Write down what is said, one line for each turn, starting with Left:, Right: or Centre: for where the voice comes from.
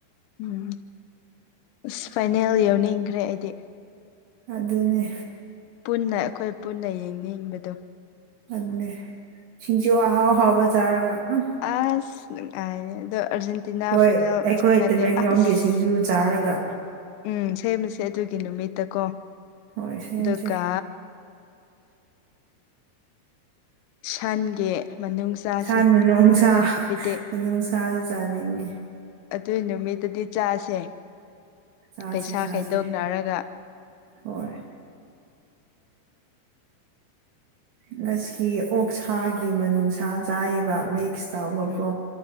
Left: ꯎꯝ ꯑꯁ ꯐꯥꯏꯅꯦꯜ ꯌꯧꯅꯤꯡꯈ꯭ꯔꯦ ꯑꯩꯗꯤ
Right: ꯑꯗꯨꯅꯦ
Left: ꯄꯨꯟꯅ ꯑꯩꯈꯣꯏ ꯄꯨꯟꯅ ꯌꯦꯡꯅꯤꯡꯕꯗꯣ
Right: ꯑꯗꯨꯅꯦ ꯁꯤꯡꯖꯨ ꯑꯍꯥꯎ ꯑꯍꯥꯎꯕ ꯆꯥꯔꯒ ꯑ
Left: ꯑꯁ ꯅꯨꯡꯉꯥꯢꯔꯦ ꯑꯗꯣ ꯑꯔꯖꯦꯟꯇꯤꯅꯥ
Right: ꯑꯩꯈꯣꯏ
Left: ꯐꯥꯏꯅꯦꯜ
Right: ꯑꯩꯈꯣꯏ ꯇꯃꯦꯡꯂꯣꯡꯒꯤ
Left: <unintelligible>
Right: ꯁꯤꯡꯖꯨ ꯆꯥꯔꯒ
Left: ꯎꯝ ꯁꯦꯝꯃ ꯁꯦ ꯑꯗꯨꯒꯤ ꯅꯨꯃꯤꯠꯇ ꯀꯣ
Right: ꯍꯣꯏ ꯁꯦꯝꯁꯦ
Left: ꯑꯗꯨꯒ ꯁꯟꯒꯤ ꯃꯅꯨꯡ ꯆꯥꯁꯦ
Right: ꯁꯟ ꯃꯅꯨꯡꯁꯥ
Left: ꯑꯗꯨꯒꯤ ꯅꯨꯃꯤꯠꯇꯤ
Right: ꯃꯅꯨꯡꯁꯥꯁꯨ ꯆꯥꯅꯤꯡꯉꯤ
Left: ꯑꯗꯨꯏ ꯅꯨꯃꯤꯠꯇꯨꯗꯤ ꯆꯥꯥꯁꯦ
Right: ꯆꯥꯁꯦ
Left: ꯄꯩꯁꯥ
Right: ꯆꯥꯁꯦ
Left: ꯈꯥꯏꯗꯣꯛꯅꯔꯒ
Right: ꯍꯣꯏ ꯉꯁꯤ ꯑꯣꯛꯁꯥꯒꯤ ꯃꯅꯨꯡꯅꯨꯡꯁꯥ ꯆꯥꯏꯕ ꯃꯩ <unintelligible> ꯇꯥꯎꯕꯀꯣ
Left: ꯎꯝ